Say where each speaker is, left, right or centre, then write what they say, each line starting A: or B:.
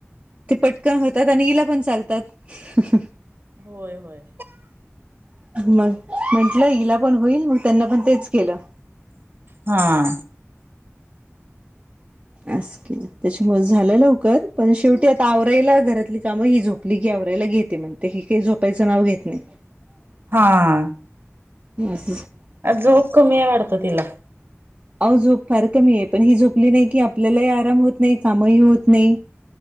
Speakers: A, on the right (about 30°); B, on the right (about 50°).
A: ते पटकन होतात आणि इला पण चालतात.
B: होय होय..
A: मग म्हटलं हिला पण होईल मग त्यांना पण तेच केलं
B: हा
A: अस केल त्याच्यामुळे झालं लवकर पण शेवटी आता आवराईला घरातली काम ही झोपली की आवरायला घेते म्हणते हि काही झोपायचं नाव घेत नाही
B: हं <unintelligible>
A: बस...
B: झोप कमी आहे वाढत तिला.
A: अह झोप फार कमी आहे पण ही झोपली नाही, की आपल्यालाही आराम होत नाही कामही होत नाही.